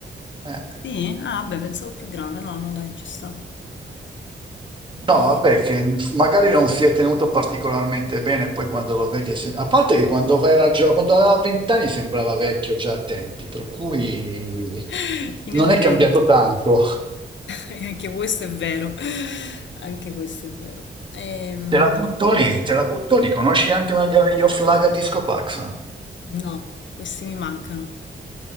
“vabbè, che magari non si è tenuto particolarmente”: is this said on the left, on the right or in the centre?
Right